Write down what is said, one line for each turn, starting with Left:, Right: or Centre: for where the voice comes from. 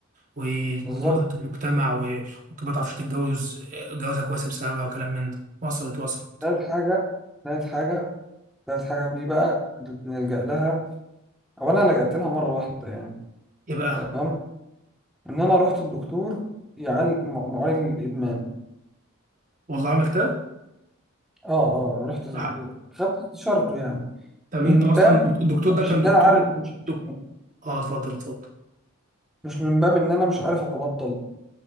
Right: ومناظره
Centre: بالظبط
Right: المجتمع و- وممكن ما تعرفش تتجوز آه، جوازه كويسه بسببها وكلام من ده وصلت وصلت
Centre: تالت حاجة تالت حاجة تالت حاجة ودي بقى اللي بنلجأ لها أو أنا لجأت لها مرة واحدة يعني
Right: ايه بقى
Centre: تمام إن أنا رحت الدكتور يعالج م- معالج الإدمان
Right: والله عملتها
Centre: أه أه رحت
Right: لا.
Centre: خدت استشارته يعني
Right: طب
Centre: من
Right: انت اصلا
Centre: باب
Right: الدكتور ده
Centre: مش
Right: كان
Centre: إن
Right: دكتور
Centre: أنا عارف مش مش
Right: دك- اه اتفضل اتفضل
Centre: مش من باب إن أنا مش عارف أبطل